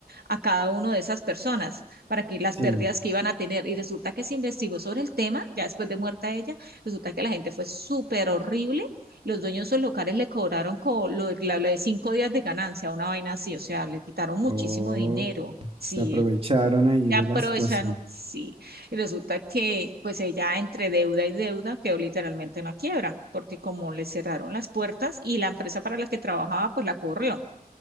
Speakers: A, on the right (about 80°); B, on the right (about 35°).
A: a cada una de esas personas para que las
B: Sí,
A: pérdidas que iban a tener. Y resulta que se investigó sobre el tema, ya después de muerta ella, resulta que la gente fue súper horrible los dueños de esos locales le cobraron co- lo de, la- lo de cinco días de ganancia, una vaina así, o sea, le quitaron muchísimo
B: oh,
A: dinero. Sí,
B: se aprovecharon
A: ella-
B: ahí
A: ya
B: de
A: aprovechan,
B: la situación.
A: sí. Y resulta que pues ella entre deuda y deuda quedó literalmente en la quiebra, porque como le cerraron las puertas y la empresa para la que trabajaba pues la corrió,